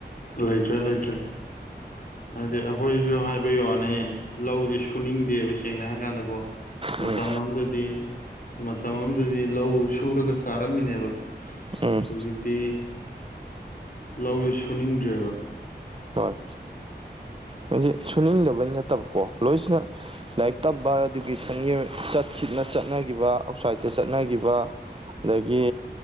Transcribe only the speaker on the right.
ꯎꯝ
ꯎꯝ
ꯍꯣꯏ ꯍꯥꯏ ꯁꯨꯅꯤꯡꯗꯕꯩ ꯅꯠꯇꯕꯀꯣ ꯂꯣꯏꯁꯤꯅ ꯂꯥꯏꯔꯤꯛ ꯇꯝꯕ ꯏꯗꯨꯀꯦꯁꯟꯒꯤ ꯆꯅ ꯆꯠꯅꯈꯤꯕ ꯑꯥꯎꯠꯁꯥꯏꯗꯠꯇ ꯆꯠꯅꯈꯤꯕ ꯑꯗꯒꯤ